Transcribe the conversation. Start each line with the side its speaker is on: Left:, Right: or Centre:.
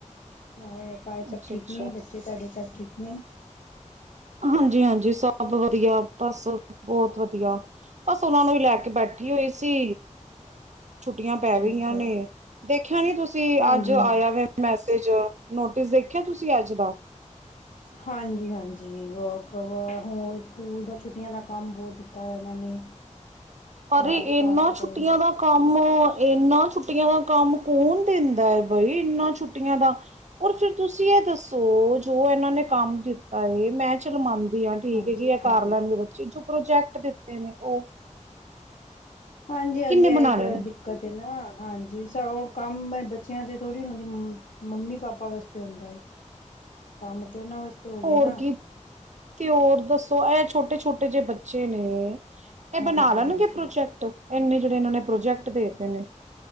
Left: ਆ ਘਰ ਸਭ
Right: ਅੱਛਾ
Left: ਠੀਕ
Right: ਅੱਛਾ।
Left: ਨੇ ਬੱਚੇ ਤੁਹਾਡੇ ਸਭ ਠੀਕ ਨੇ।
Right: ਹਾਂਜੀ ਹਾਂਜੀ ਸਭ ਵਧੀਆ ਬਸ ਬਹੁਤ ਵਧੀਆ ਬਸ ਉਹਨਾਂ ਨੂੰ ਹੀ ਲੈ ਕੇ ਬੈਠੀ ਹੋਈ ਸੀ। ਛੁੱਟੀਆਂ ਪੈ
Left: ਅੱਛਾ
Right: ਗਈਆਂ
Left: ਅੱਛਾ।
Right: ਨੇ ਦੇਖਿਆ ਨੀ ਤੁਸੀਂ
Left: ਹਾਂਜੀ।
Right: ਅੱਜ ਆਇਆ ਵੈ ਮੈਸੇਜ। ਵਿੱਚ ਨੋਟਿਸ ਦੇਖਿਆ ਤੁਸੀਂ ਅੱਜ ਦਾ
Left: ਹਾਂਜੀ ਹਾਂਜੀ ਵਕ ਵ ਹੋਰ ਸਕੂਲ ਦਾ ਛੁੱਟੀਆਂ ਦਾ ਕੰਮ ਬਹੁਤ ਦਿੱਤਾ ਇਹਨਾਂ ਨੇ।
Right: ਪਰ
Left: ਘਰ
Right: ਇਨਾਂ
Left: ਘਰ
Right: ਛੁੱਟੀਆਂ
Left: ਕਰਨ
Right: ਦਾ ਕੰਮ। ਇਨਾਂ ਛੁੱਟੀਆਂ ਦਾ ਕੰਮ ਕੌਣ ਦਿੰਦਾ ਹੈ। ਬਾਈ ਇੰਨਾ ਛੁੱਟੀਆਂ ਦਾ ਰ ਫਿਰ ਤੁਸੀਂ ਇਹ ਦੱਸੋ ਜੋ ਇਹਨਾਂ ਨੇ ਕੰਮ ਦਿੱਤਾ ਹੈ ਮੈਂ ਚਲ ਮੰਨਦੀ ਹੈ। ਹਾਂ ਠੀਕ
Left: ਹਾਂਜੀ
Right: ਹੈਗੀ ਆ ਕਰ
Left: ਹਾਂਜੀ।
Right: ਲੈਣਗੇ ਬੱਚੇ ਚੋਂ ਪ੍ਰੋਜੈਕਟ ਦਿੱਤੇ ਨੇ ਉਹ
Left: ਹਾਂਜੀ ਹਾਂਜੀ
Right: ਕਿੰਨੇ
Left: ਇਹੀ
Right: ਬਣਾਣੇ
Left: ਕ
Right: ਨੇ
Left: ਦਿੱਕਤ ਨਾ ਹਾਂਜੀ ਸ ਉਹ ਕੰਮ ਬੱਚਿਆਂ ਵਾਸਤੇ ਥੋੜ੍ਹੀ ਉਹਨਾਂ ਦੀ ਮੰਮੀ ਪਾਪਾ ਵਾਸਤੇ ਹੁੰਦਾ ਕੰਮ ਤੇ ਉਹਨਾਂ ਵਾਸਤੇ ਹੋ ਗਿਆ
Right: ਹੋਰ
Left: ਨਾ
Right: ਕੀ ਤੇ ਹੋਰ ਦੱਸੋ ਇਹ ਛੋਟੇ ਛੋਟੇ ਛੋਟੇ ਜਿਹੇ ਬੱਚੇ ਨੇ ਇਹ
Left: ਹਾਂਜੀ
Right: ਬਣਾ ਲੈਣਗੇ
Left: ਹਾਂਜੀ
Right: ਪ੍ਰੋਜੈਕਟ ਐਨੇ ਜੇੜੇ ਇਹਨਾਂ ਨੇ ਪ੍ਰੋਜੈਕਟ ਦੇ ਤੇ ਨੇ